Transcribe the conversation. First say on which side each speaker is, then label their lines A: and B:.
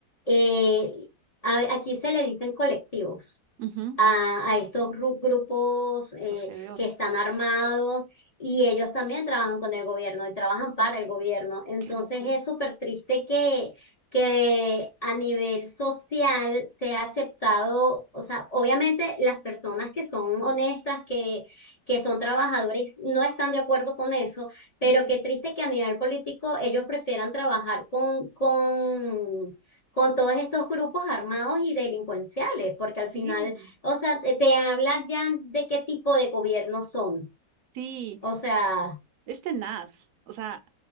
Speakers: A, on the left (about 30°); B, on the right (about 70°).
A: eh, a- aquí se le dicen colectivos
B: Ujú,
A: a, a estos gru- grupos eh,
B: Los GDOs.
A: que están armados y ellos también trabajan con el gobierno y trabajan para el gobierno. Entonces
B: Qué locura.
A: es súper triste que, que a nivel social sea aceptado, o sea, obviamente las personas que son honestas, que... que son trabajadores, no están de acuerdo con eso, pero
B: Ujú.
A: qué triste que a nivel político ellos prefieran trabajar con, con, con todos estos grupos armados y delincuenciales, porque al
B: Sí.
A: final o sea, te, te habla ya de qué tipo de gobierno son.
B: Sí,
A: O sea,
B: es tenaz. O sea,